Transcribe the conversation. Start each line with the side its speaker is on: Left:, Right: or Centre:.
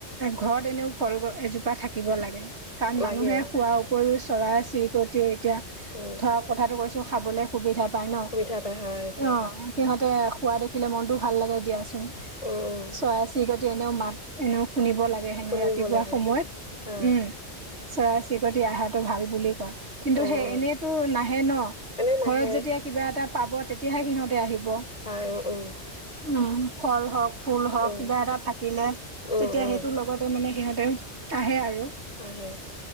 Right: ঘৰত এনেও। কল গ এজোপা থাকিব লাগে কাৰণ
Left: লাগে
Right: মানুহে শোৱাৰ উপৰিও চৰাই চিৰিকটি। তিয়া
Left: উম
Right: ধৰা কথাটো কৈছো খাবলে সুবিধা পাই ন
Left: সুবিধা পাই হয় এইটো
Right: অ। সিহঁতে খোৱা দেখিলে মনটো ভাল লাগে দিয়াচোন
Left: উম উম
Right: চৰাই চিৰি ক। টি এনেও মাত এনেও শুনিব লাগে হেনও
Left: শুনিব
Right: ৰাতিপুৱা
Left: লাগে
Right: সময়ত
Left: হয়
Right: উম। চৰাই চিৰিকতি অহাটো ভাল বুলি কয় কিন্তু
Left: উম
Right: সেই
Left: উম
Right: এনেইতো ন। ন,
Left: এনে নাহে
Right: ঘৰত যেতিয়া কিবা এটা পাব তেতিয়াহে সিহঁতে আহিব।
Left: হয়, অ অ।
Right: উম, ফল হওক, ফুল হওক,
Left: উম
Right: কিবা এটা থাকিলে
Left: উম
Right: তেতিয়া
Left: উম
Right: সেই তো লগতে মানে সিহঁতেও আহে আৰু।
Left: আহে।